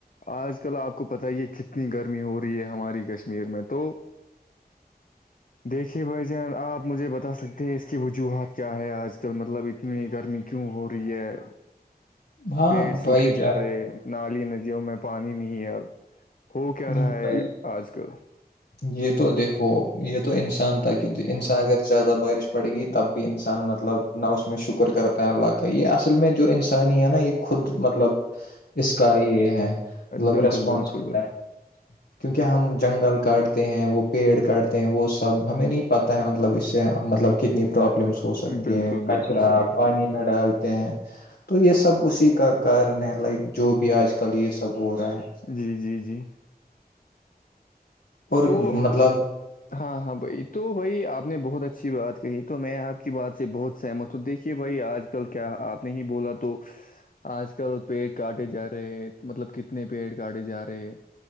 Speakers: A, on the left; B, on the left.
A: آج کل آپ کو پت ہی یہ کتنی گرمی ہو رہی ہے ہماری کشمیر میں تو دیکھیے بھائی جان آپ مجھے بتا سکتے ہیں اس کی وجوہات کیا ہے آج کل مطلب کتنی گرمی کیوں ہو رہی ہے
B: ہاں
A: پیڑ سوکھے
B: بائیک
A: جا رہے نی ندیوں میں پانی نہیں ہے اب ہو کیا
B: ہوں،
A: رہا ہے
B: بھائی
A: آج کل
B: یہ تو دیکھو یہ تو انسان تھا کہ انسان اگر زیادہ بارش پڑے گی تب بھی انسان مطلب نہ اس میں شکر کرتا ہے اللہ کا یہل میں جو انسانی ہے نا یہ خود مطلب اس کا یہ ہے مطلب
A: بالکل
B: ریسپانسبل
A: بالکل
B: ہے کیونکہ ہم جنگل کاٹتے ہیں وہ پیڑ کاٹتے ہیں وہ سب ہمیں نہیں پتا ہے مطلب اس سے مطلب کتنی پروابلمس ہو سکتی
A: بالکل
B: ہیں
A: بالکل
B: کچرا
A: صحیح
B: پانی میں ڈالتے ہیں تو یہ سب اسی کا کارن ہے لائک جو بھی آج کل یہ سب ہو رہا ہے
A: جی جی جی
B: اور
A: تو
B: مطلب
A: ہاں ہاں بھائی تو بھائی آپ نے بہت اچھی بات کہی تو میں آپ کی بات سے بہت سہمت ہوں دیکھیے بھائی آج کل کیا آپ نے ہی بولا تو آج کل پیڑ کاٹے جا رہے مطلب کتنے پیڑ کاٹے جا رہے